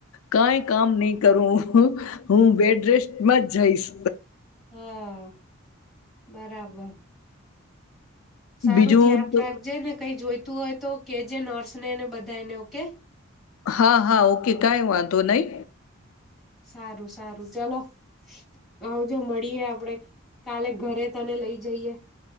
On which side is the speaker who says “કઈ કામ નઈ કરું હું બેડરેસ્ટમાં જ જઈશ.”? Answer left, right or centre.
Left